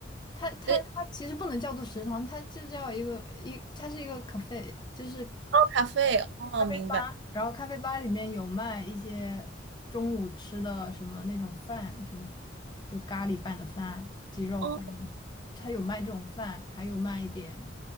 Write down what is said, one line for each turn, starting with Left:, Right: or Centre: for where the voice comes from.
Left: 它它它其实不能叫做食堂，
Right: 对，哦，
Left: 它就叫一个一，它是一个 cafe，就是
Right: 咖啡，哦，
Left: 咖啡吧，
Right: 明白，
Left: 然后咖啡吧里面有卖一些中午吃的什么那种饭，什么就咖喱拌的饭、鸡肉饭，
Right: 哦
Left: 它有卖这种饭，还有卖一点